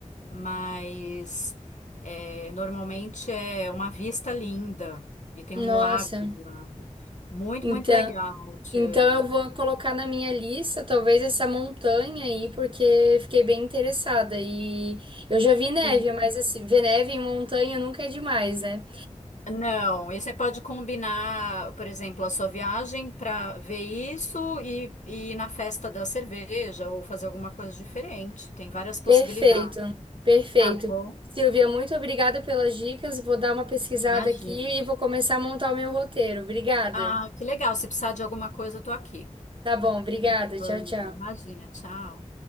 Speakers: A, on the left; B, on the right.
A: Mas é, normalmente é uma vista linda e tem um
B: Nossa,
A: lago do lado. Muito,
B: então,
A: muito legal, Tiane.
B: então eu vou colocar na minha lista, talvez essa montanha aí, porque fiquei bem interessada. E eu já vi neve,
A: Sim.
B: mas assim, ver neve em montanha nunca é demais, né?
A: Não, e você pode combinar, por exemplo, a sua viagem para ver isso e, e ir na festa da cerveja ou fazer alguma coisa diferente. Tem várias possibilidades.
B: Perfeito, perfeito.
A: Tá bom?
B: Silvia, muito obrigada pelas dicas. Vou dar uma pesquisada
A: Imagina.
B: aqui e vou começar a montar o meu roteiro. Obrigada.
A: Ah, que legal. Se precisar de alguma coisa, eu tô aqui.
B: Tá bom, obrigada.
A: Tá bom,
B: Tchau, tchau.
A: Imagina, tchau.